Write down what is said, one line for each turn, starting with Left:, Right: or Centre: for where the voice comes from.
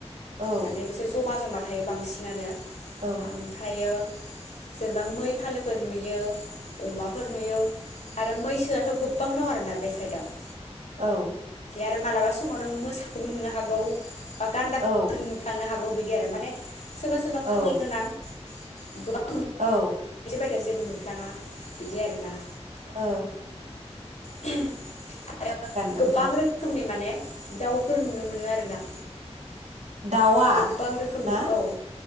Right: औ
Left: माने बिसोर जमा जमा थायो बांसिनानो
Right: औ
Left: ओमफ्रायो जेनेबा मै फालोफोर नुयो अमाफोर नुयो आरो मैसोआथ' गोबां दं आरोना बे साइदआव
Right: औ
Left: आरो मालाबा समाव नों मोसाखौबो नुनो हागौ बा गानदाखौ
Right: औ
Left: नुफ्लांनो हागौ बि दि आरो माने सोरबा सोरबा
Right: औ
Left: खाफाल गोनां गोबां
Right: औ
Left: दा जेबो नुफ्लाङा बिदि आरोना
Right: औ
Left: <unintelligible> आरो
Right: नोंथां
Left: गोबां रोखोमनि माने दाउफोर नुनो मोनो आरोना
Right: दाउआ
Left: गोबां रोखोमनि
Right: ना
Left: औ